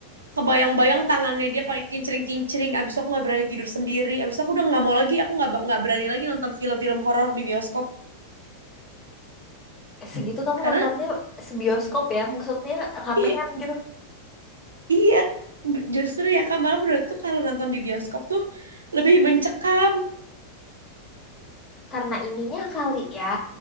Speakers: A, on the right; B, on the left.
A: kebayang-bayang tangannya dia pakai kincring-kincring abis itu aku nggak berani tidur sendiri abis itu aku udah nggak mau lagi aku nggak nggak berani lagi nonton film-film horor di bioskop
B: Segitu kamu
A: karena
B: nontonnya sebioskop ya? Maksudnya ramean
A: ih,
B: gitu.
A: iya justru ya kak malah menurutku kalau nonton di bioskop tuh lebih mencekam
B: Karena ininya kali ya,